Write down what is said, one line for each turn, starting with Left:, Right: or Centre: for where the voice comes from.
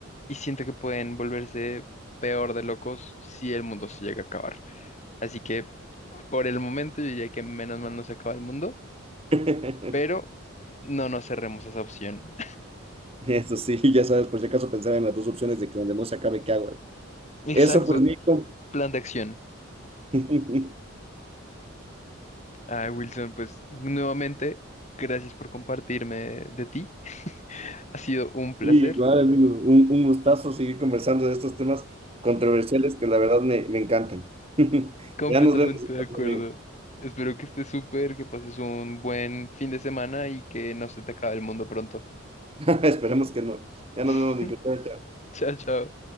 Left: y siento que pueden volverse peor de locos si el mundo se llega a acabar. Así que por el momento yo diría que menos mal no se acaba el mundo,
Right: <laughs>
Left: pero no nos cerremos a esa opción.
Right: Eso sí, ya sabes, por si acaso pensar en las dos opciones de que donde no se acabe, ¿qué hago?
Left: <laughs> Exacto,
Right: Eso pues, Nico.
Left: plan de acción.
Right: <laughs>
Left: Ah, Wilson, pues nuevamente, gracias por compartirme de ti. Ha sido un placer,
Right: Y Igual, amigo, un, un gustazo seguir conversando de estos temas controversiales que la verdad me, me encantan. <laughs>
Left: completamente
Right: Ya nos vemos,
Left: de acuerdo.
Right: amigo.
Left: Espero que estés súper, que pases un buen fin de semana y que no se te acabe el mundo pronto.
Right: <laughs> Esperemos que no. Ya nos
Left: <laughs>
Right: vemos, Nico. Chao, chao.
Left: Chao, chao.